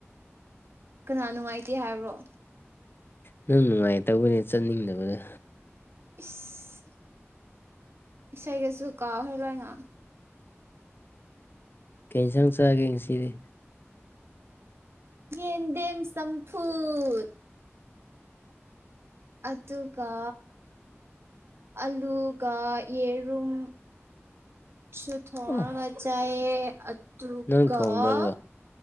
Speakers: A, on the right; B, on the left.
A: ꯀꯅꯥ ꯅꯨꯡꯉꯥꯏꯇꯦ ꯍꯥꯏꯕ꯭ꯔꯣ
B: ꯅꯪ ꯅꯨꯡꯉꯥꯏꯇꯕꯒꯩ ꯆꯠꯅꯤꯡꯗꯕꯗ
A: ꯏꯁ ꯏꯁꯩꯒꯁꯨ ꯀꯥꯎꯈ꯭ꯔꯦ ꯂꯣꯏꯅ
B: ꯀꯩ ꯌꯦꯟꯁꯥꯡ ꯆꯥꯒꯦ ꯉꯁꯤꯗꯤ
A: ꯌꯦꯟꯗꯦꯝ ꯁꯝꯐꯨꯠ ꯑꯗꯨꯒ ꯑꯂꯨꯒ ꯌꯦꯔꯨꯝ ꯁꯨ ꯊꯣꯡꯑꯒ
B: ꯑꯣ
A: ꯑꯗꯨꯒ ꯑꯗꯨꯒꯒ
B: ꯅꯪ ꯊꯣꯡꯕ꯭ꯔꯥ ꯑꯗꯨꯗꯣ